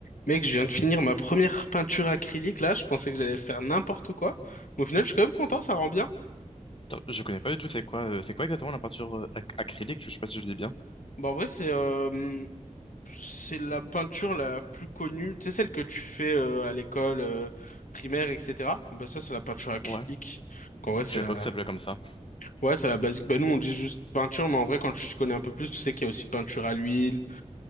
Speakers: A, on the left; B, on the left.
A: Mec, je viens de finir ma première peinture acrylique là, je pensais que j'allais faire n'importe quoi. Mais au final, je suis quand même content, ça rend bien.
B: Attends, Je connais pas du tout, c'est quoi, euh, c'est quoi exactement la peinture euh, ac- acrylique? Je sais pas si je le dis bien.
A: Bon, en vrai, c'est euh, c'est la peinture la plus connue, tu sais, celle que tu fais euh, à l'école euh, primaire, etc. Bah ça, c'est la peinture acrylique.
B: Ouais.
A: En vrai, c'est
B: Je savais
A: la...
B: pas que ça s'appelait comme ça.
A: Ouais, c'est la basique. Bah nous, on dit juste peinture, mais en vrai, quand tu t'y connais un peu plus, tu sais qu'il y a aussi peinture à l'huile,